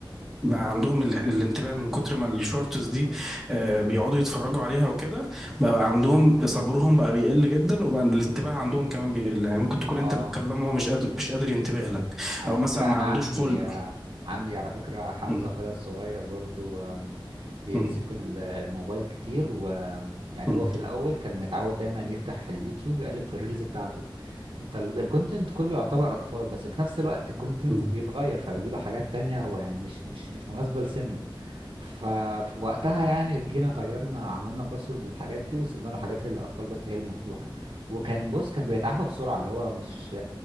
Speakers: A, in the centre; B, on the right (about 70°).
A: بقى عندهم ال- الانتباه من كتر ما الشورتس دي آه، بيقعدوا يتفرجوا عليها وكده بقى بقى عندهم صبرهم بقى بيقل جدا وبقى الانتباه عندهم كمان بيقل يعني ممكن تكون
B: اه
A: انت بتكلمه هو مش قادر مش قادر ينتبه لك
B: على
A: او
B: فكرة
A: مثلا ما
B: أنا
A: عندوش
B: عندي
A: خلق
B: آه، عندي على فكرة حمزة
A: م-
B: أخويا الصغير برضو آم، بيمسك
A: م-
B: ال- الموبايل كتير ويعني
A: م-
B: هو في الأول كان متعود دايما يفتح اليوتيوب يقلب في الريلز بتاعته فالكونتنت كله يعتبر أطفال بس في نفس الوقت الكونتنت
A: م-
B: بيتغير فبيجيله حاجات تانية هو يعني مش مش مش مناسبة لسنه ففي وقتها يعني جينا غيرنا عملنا باسورد للحاجات دي وسيبنا له حاجات اللي الاطفال بس هي اللي مفتوحه وكان بص كان بيتعافى بسرعه اللي هو مش